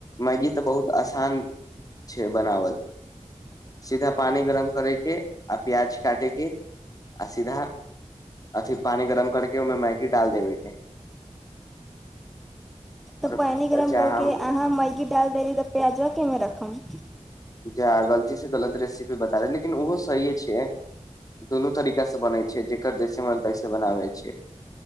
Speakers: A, on the left (about 30°); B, in the centre.
A: मैगी तऽ बहुत आसान छै बनावल सीधा पानि गरम करेके आ प्याज काटेके आ सीधा अथी पानि गरम करके ओहिमे मैगीडाल देबेके
B: तऽ
A: और
B: पानि गरम
A: जा
B: करके
A: हम
B: अहाँ मैगी डाल देली तऽ प्याजवा केमे रखब
A: जा गलती से गलत रेसिपी बता दे लेकिन ओहो सहिए छै दुनू तरीका से बनै छै जकर जैसे मन तैसे बनाबै छै